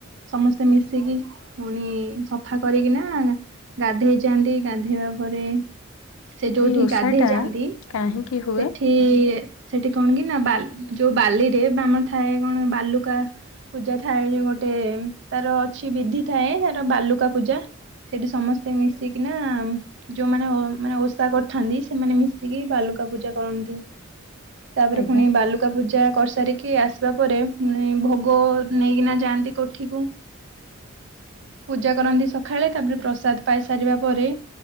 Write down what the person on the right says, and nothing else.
ସମସ୍ତେ ମିଶିକି ପୁଣି ସଫା କରିକି ନା ଗାଧେଇ ଯାଆନ୍ତି ଗାଧେଇବା ପରେ ସେ ଯୋଉଠି
ଗାଧେଇ
ଯାଆନ୍ତି
ସେଠି ସେଠି କଣ କି ନା ବା ଯୋଉ ବାଲିରେ ବାନୁଥାୟେ ଥାଏ କଣ ବାଲୁକା ପୂଜା ଥାଏ ଯୋଉ ଗୋଟେ ତାର ଅଛି ବିଧି ଥାଏ ତାର ବାଲୁକା ପୂଜା ସେଠି ସମସ୍ତେ ମିଶିକିନା ଯୋଉମାନେ ମାନେ ଓଷା କରିଥାନ୍ତି ସେମାନେ ମିଶିକି ବାଲୁକା ପୂଜା କରନ୍ତି। ତାପରେ
ପୁଣି ବାଲୁ କା ପୂଜା କରିସାରିକି ଆସିବା ପରେ ଭୋଗ ନେଇକିନା ଯାଆନ୍ତି କୋଠିକୁ ପୂଜା କରନ୍ତି ସକାଳେ ତାପରେ ପ୍ରସାଦ ପାଇ ସାରିବା ପରେ